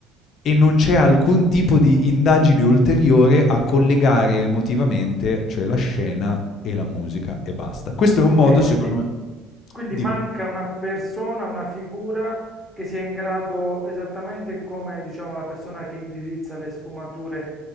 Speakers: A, on the left; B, in the centre.
A: e non c'è alcun tipo di indagine ulteriore a collegare emotivamente, cioè la scena e la musica e basta. Questo è un
B: Ok,
A: modo,
B: quindi,
A: secondo me
B: quindi
A: dimmi.
B: manca una persona, una figura che sia in grado, esattamente come diciamo la persona che indirizza le sfumature